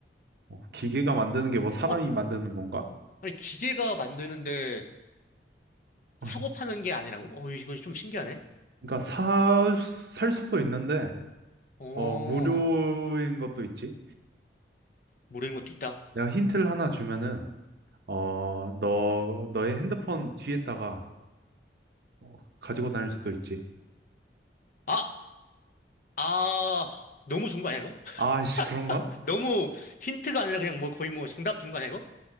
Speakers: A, on the right; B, on the left.
A: 어, 기계가 만드는 게 뭐 사람이
B: 어?
A: 만드는 건가?
B: 아니, 기계가 만드는데
A: <laughs> 어,
B: 사고 파는 게 아니라고? 어, 이거 좀 신기하네?
A: 그러니까 사, 살 수도 있는데,
B: 어,
A: 어, 무료인 것도 있지.
B: 모르는 것도 있다.
A: 내가 힌트를 하나 주면은, 어, 너, 너의 핸드폰 뒤에다가 어, 가지고 다닐 수도 있지.
B: 아, 아, 너무 준 거 아니야, 이거?
A: 아씨, 그런가?
B: <laughs> 너무 힌트가 아니라 그냥 뭐 거의 뭐 정답 준 거 아니야, 이거?